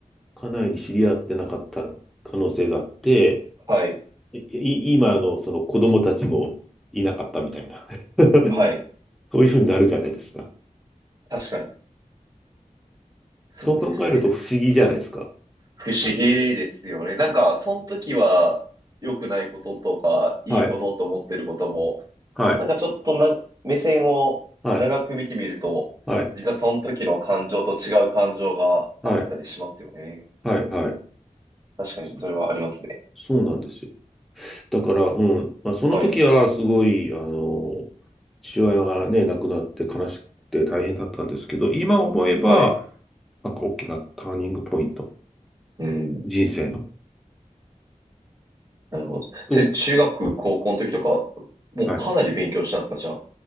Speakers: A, in the centre; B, on the right.
A: 家内に知り合ってなかった可能性があって、
B: はい、
A: い今のその子供たちもいなかったみたいな、<laughs>
B: はい。
A: そういうふうになるじゃないですか。
B: 確かに。すごいですね。
A: そう考えると不思議じゃないですか。
B: 不思議ですよね。
A: なんか。
B: なんか、その時は良くないこととか、いいことと思ってることも、
A: はい。はい。
B: なんかちょっとな、目線を長く見てみると、
A: はい。はい。
B: 実はその時の感情と違う感情があったりしますよね。
A: はい。はい。はい。
B: 確かに、
A: そ
B: それはありますね。
A: そうなんですよ。だから、うん、まあ、その時はすごい、
B: はい、
A: あの、父親がね、亡くなって悲しくて大変だったんですけど、今思えば、
B: はい。
A: なんか大きなターニングポイント、
B: うん。
A: 人生の。
B: なるほど。それ、
A: と、
B: 中学、高校の時とか、もうかなり勉強したんですか、
A: はい。
B: じゃ